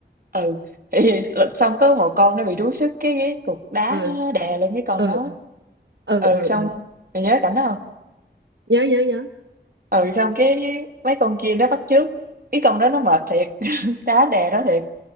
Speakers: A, on the right (about 55°); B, on the right (about 85°).
A: ừ thì lật xong có một con nó bị đuối sức cái, cái cục đá
B: ừ
A: nó đè lên cái con
B: ừ
A: nó
B: ừ ừ
A: ừ
B: ừ
A: xong
B: ừ
A: mày nhớ cảnh đó không
B: nhớ nhớ nhớ
A: ừ xong cái, cái mấy con kia nó bắt chước cái con đó nó mệt thiệt <laughs> đá đè đó thiệt